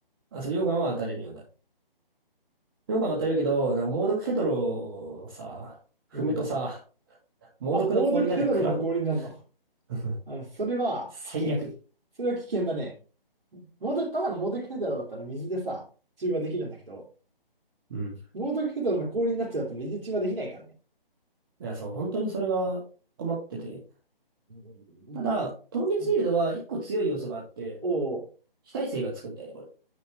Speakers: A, on the right; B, on the right.
A: あ、そう、溶岩は当たれるようになる。溶岩は当たれるけど、な猛毒ヘドロをさ、踏むとさ、
B: うん。
A: 猛毒の氷になって食らう。
B: あ、猛毒ヘドロの氷になるの。
A: <laughs>
B: あ、それは危険。
A: 最悪。
B: それは危険だね。猛毒、ただの猛毒ヘドロだったら水でさ、中和できるんだけど、
A: うん。
B: 猛毒ヘドロの氷になっちゃうと水中和できないからね。
A: いや、そう、本当にそれが困ってて。
B: うん
A: ただ、凍結シールドは一個強い要素があって、
B: うん、おお、
A: 非耐性がつくんだよね、これ。こ